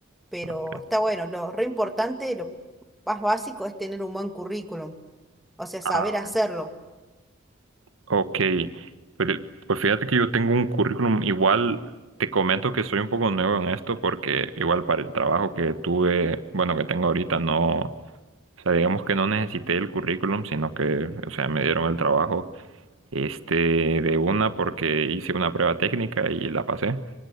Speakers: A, in the centre; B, on the right (about 80°).
A: pero
B: ok.
A: está bueno. Lo re importante, lo más básico es tener un buen currículum, o sea, saber
B: Ah,
A: hacerlo.
B: Ok, pero, pues fíjate que yo tengo un currículum, igual te comento que soy un poco nuevo en esto porque igual para el trabajo que tuve, bueno, que tengo ahorita, no, o sea, digamos que no necesité el currículum, sino que, o sea, me dieron el trabajo, este, de una porque hice una prueba técnica y la pasé.